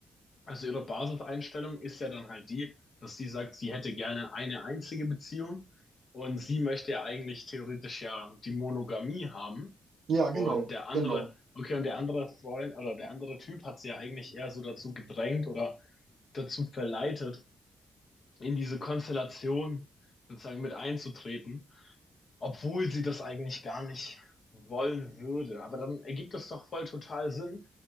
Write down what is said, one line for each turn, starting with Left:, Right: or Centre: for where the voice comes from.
Left: also ihre Basiseinstellung ist ja dann halt die, dass sie sagt, sie hätte gerne eine einzige Beziehung und sie möchte ja eigentlich theoretisch ja die Monogamie haben.
Right: ja,
Left: Und
Right: genau,
Left: der andere,
Right: genau.
Left: okay, und der andere Freund oder der andere Typ hat sie ja eigentlich eher so dazu gedrängt oder dazu verleitet, in diese Konstellation sozusagen mit einzutreten. obwohl sie das eigentlich gar nicht wollen würde. Aber dann ergibt das doch voll total Sinn.